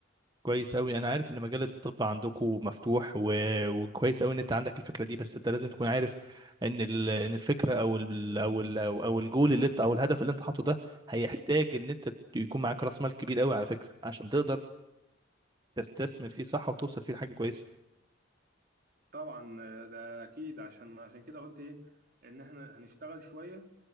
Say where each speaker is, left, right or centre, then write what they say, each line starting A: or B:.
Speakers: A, on the right; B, on the right.
A: كويس قوي انا عارف ان مجال الطب عندكم مفتوح و... وكويس قوي ان انت عندك الفكرة دي بس انت لازم تكون عارف ان ال... ان الفكرة او ال... او ال... او أو الجول اللي انت او الهدف اللي انت حاطه ده هيحتاج ان انت يكون معاك راس مال كبير قوي على فكرة عشان تقدر تستثمر فيه صح وتوصل فيه لحاجه كويسه
B: طبعا آه، ده أكيد عشان عشان كده قلت إيه إن إحنا هنشتغل شوية